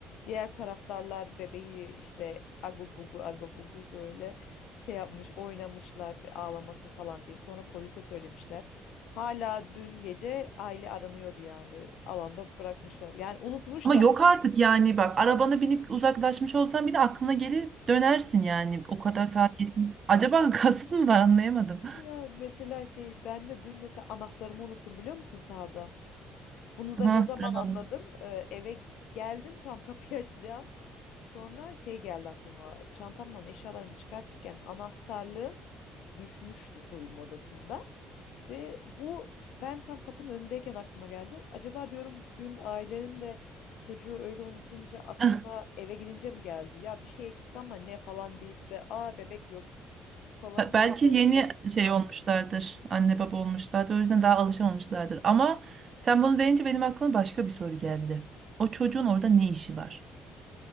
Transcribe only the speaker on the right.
ama yok artık yani bak arabana binip uzaklaşmış olsan bile aklına gelir dönersin yani o kadar saat geçmiş. Acaba <laughs> kasıt mı var anlayamadım.
Ha,
bravo.
<laughs>
Ha,
Belki
yeni
şey olmuşlardır. Anne baba olmuşlardır. O yüzden daha alışamamışlardır. Ama sen bunu deyince benim aklıma başka bir soru geldi. O çocuğun orada ne işi var?